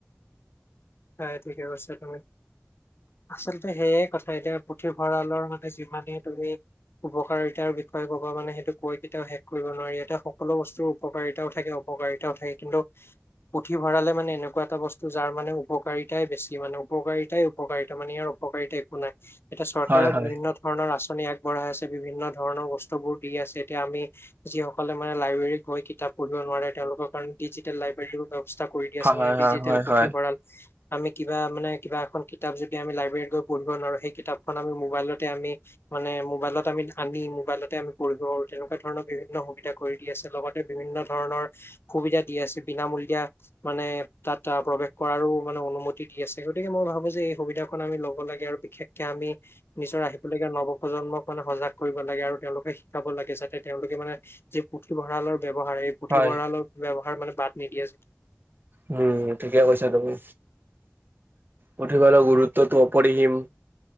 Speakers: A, on the left; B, on the right.
A: হয় ঠিকে কৈছা তুমি আচলতে সেয়াই কথা এতিয়া পুথিভঁৰালৰ মানে যিমানেই তুমি উপকাৰিতাৰ বিষয়ে ক'ব মানে সেইটো কৈ কেতিয়াও শেষ কৰিব নোৱাৰি ইয়াতে সকলো বস্তুৰ উপকাৰিতাও থাকে অ অপকাৰিতা থাকে কিন্তু পুথিভঁৰালে মানে এনেকুৱা এটা বস্তু যাৰ মানে উ উপকাৰিতাই বেছি মানে উপকাৰিতাই উপকাৰিতাই মানে ইয়াৰ অপকাৰিতা একো নাই এতিয়া চৰকাৰও
B: হয় হয়।
A: বিভিন্ন ধৰণৰ আঁচনি আগবঢ়াই আছে বিভিন্ন ধৰণৰ বস্তুবোৰ দি আছে এতিয়া আমি যিসকলে মানে লাইব্ৰেৰীত গৈ কিতাপ পঢ়িব নোৱাৰে তেওঁলোকৰ কাৰণে ডিজিটেল লাইব্ৰেৰীও ব্যৱস্থা কৰি দি
B: হয়
A: আছে
B: হয়
A: মানে
B: হয়
A: ডিজিটেল
B: হয়
A: পুথিভঁৰাল
B: <unintelligible>
A: আমি কিবা মানে কিবা এখন কিতাপ যদি আমি লাইব্ৰেৰীত গৈ পঢ়িব নোৱাৰোঁ সেই কিতাপখন আমি মোবাইলতে আমি মানে মোবাইলত আমি আনি মোবাইলতে আমি পঢ়িব তেনেকুৱা ধৰণৰ বিভিন্ন সুবিধা কৰি দি আছে লগত এ বিভিন্ন ধৰণৰ সুবিধা দি আছে বিনামূলীয়া মানে তাত প্ৰৱেশ কৰাৰো মানে অনুমতি দি আছে গতিকে মই ভাবো যে এই সুবিধা কণ আমি ল'ব লাগে আৰু বিশেষকে আমি নিজৰ আহিলগীয়া নৱপ্ৰজন্মক মানে সজাগ কৰিব লাগে আৰু তেওঁলোকে শিকাব লাগে যাতে তেওঁলোকে মানে যি পুথিভঁৰালৰ ব্যৱহাৰ এই পুথিভঁৰালৰ
B: হয়
A: ব্যৱহাৰ মানে বাদ নিদিয়া যে।
B: উম ঠিকে কৈছা তুমি পুথিভঁৰাল গুৰুত্বটো অপৰিহিম।